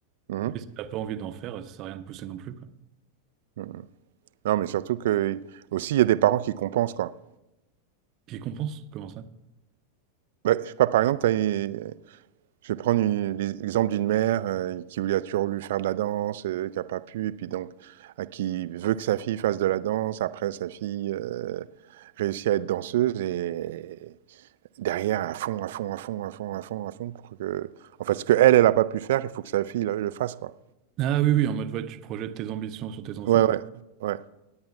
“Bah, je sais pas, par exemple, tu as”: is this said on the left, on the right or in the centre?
Right